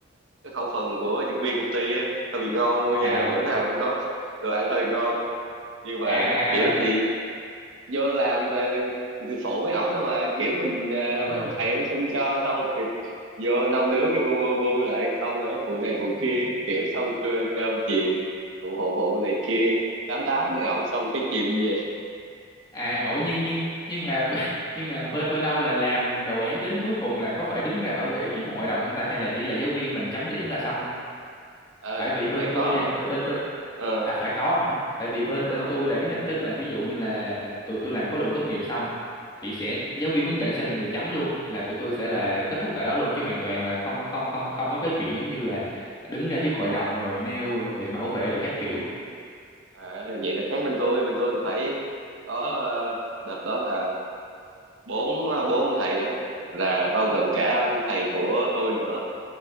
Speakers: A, on the right; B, on the left.
A: cái khẩu phần của nhân viên công ty á hơi bị ngon luôn nha
B: à
A: bữa nào cũng có đồ ăn hơi ngon nhưng mà
B: à
A: kiểu
B: à tại
A: thì vô làm ờ, thì phụ với ổng thôi mà kiểu mình ờ, mấy
B: Ờ.
A: ông thầy ông xin cho xong rồi <laughs> vô năm đứa cái bu bu, bu lại xong nữa phụ này phụ kia kiểu xong trưa ăn cơm chiều phụ phụ phụ này kia tám tám với ổng xong cái chiều đi về
B: à ủa nhưng nhưng nhưng mà b- nhưng mà bên bên ông là làm đồ án đến cuối cùng là có phải đứng ra bảo vệ trước một hội đồng không ta hay là chỉ là giáo viên mình chấm điểm là xong
A: Ờ,
B: tại vì bên
A: phải
B: tôi
A: có
B: nha bên bên bên
A: ờ,
B: à phải có hả tại vì bên bên
A: có
B: tôi là cái hình thức là ví dụ như là tụi tôi làm khóa luận tốt nghiệp xong thì sẽ giáo viên hướng dẫn sẽ là người chấm luôn là tụi tôi sẽ
A: ờ
B: là kết thúc tại đó luôn chứ hoàn toàn là không không không không có cái chuyện giống như là đứng ra trước hội đồng rồi nêu rồi bảo vệ rồi các kiểu
A: à, vậy là khác bên tôi bên tôi là phải có ờ, đợt đó là bốn ờ, bốn ông thầy á là bao gồm cả ông thầy của tôi nữa